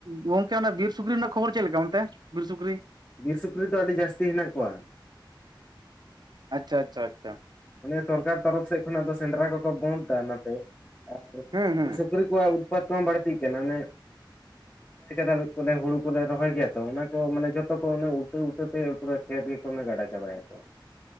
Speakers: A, on the right; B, on the left.
A: ᱜᱚᱝᱠᱮ ᱚᱱᱟ ᱵᱤᱨ ᱥᱩᱠᱨᱤ ᱨᱮᱱᱟᱜ ᱠᱷᱚᱵᱚᱨ ᱪᱮᱫ ᱞᱮᱠᱟ ᱚᱱᱛᱮ ᱵᱤᱨ ᱥᱩᱠᱨᱤ
B: ᱵᱤᱨ ᱥᱩᱠᱨᱤ ᱫᱚ ᱟᱹᱰᱤ ᱡᱟᱹᱥᱛᱤ ᱦᱮᱱᱟᱜ ᱠᱚᱣᱟ᱾
A: ᱟᱪᱪᱷᱟ ᱟᱪᱪᱷᱟ ᱟᱪᱪᱷᱟ
B: ᱚᱱᱮ ᱥᱚᱨᱠᱟᱨ ᱛᱚᱨᱚᱯᱷ ᱥᱮᱫ ᱠᱷᱚᱱᱟᱜ ᱫᱚ ᱥᱮᱸᱫᱽᱨᱟ ᱠᱚᱠᱚ ᱵᱚᱱᱫ ᱮᱫᱟ ᱚᱱᱟᱛᱮ ᱟᱨ
A: ᱦᱩᱸ ᱦᱩᱸ
B: ᱥᱩᱠᱨᱤ- ᱠᱚᱣᱟᱜ ᱩᱛᱯᱟᱛ ᱠᱚᱦᱚᱸ ᱵᱟᱹᱲᱛᱤᱜ ᱠᱟᱱᱟ ᱚᱱᱮ- <unintelligible> ᱫᱟᱞ ᱠᱚᱞᱮ ᱦᱩᱲᱩ ᱠᱚᱞᱮ ᱨᱚᱦᱚᱭ ᱜᱮᱭᱟ ᱛᱚ ᱚᱱᱟ ᱠᱚ ᱢᱟᱱᱮ ᱡᱚᱛᱚ ᱠᱚ ᱚᱱᱟ ᱩᱴᱟᱹ ᱩᱴᱟᱹ ᱛᱮ-ᱯᱩᱨᱳ ᱠᱷᱮᱛ ᱜᱮᱠᱚ ᱚᱱᱟ ᱜᱟᱰᱟ ᱪᱟᱵᱟᱭᱟᱠᱚ᱾